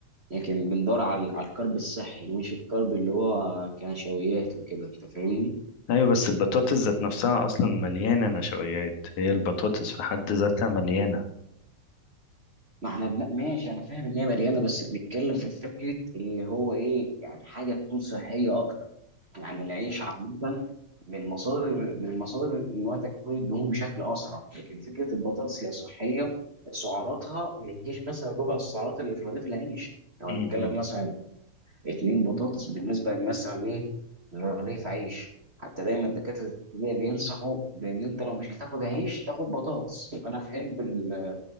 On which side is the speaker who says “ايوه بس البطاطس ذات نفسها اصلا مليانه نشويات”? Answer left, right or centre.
Left